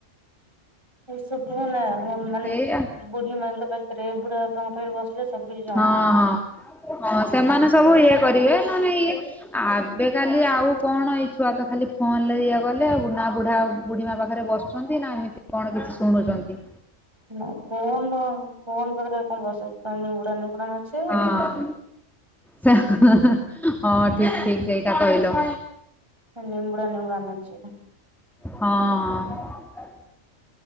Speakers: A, on the right (about 20°); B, in the centre.
A: ଏସବୁ ନା ଆମ ମାନେ
B: ସେଇଆ
A: ବୁଢୀ ମାଙ୍କ ପାଖରେ ବୁଢା ବାପାଙ୍କ ପାଖରେ ବସିଲେ ସବୁ ଜି
B: ହଁ ହଁ ହଁ ସେମାନେ ସବୁ ଇଏ କରିବେ ନ ନ ଇଏ ଆବେ କାଲି ଆଉ କଣ ଏଇ ଛୁଆ ତ ଖାଲି ଫୋନ ରେ ଇଏ ଗଲେ <unintelligible> ବୁଢା ଆ ବୁଢୀ ମା ପାଖରେ ବସୁଛନ୍ତି ନା ଏମିତି କଣ କିଛି ଶୁଣୁଛନ୍ତି।
A: ନା ଫୋନ ଫୋନ୍ ପାରେ କଣ ବସି <unintelligible>
B: ହଁ
A: ଆଉ।
B: ସେ ହଁ ଠିକ ଠିକ୍ ସେଇଟା କହିିଲ।
A: ନିମ୍ବୁଡା ନିମୁଡ଼ା ନାଚିବେ।
B: ହଁ ହଁ।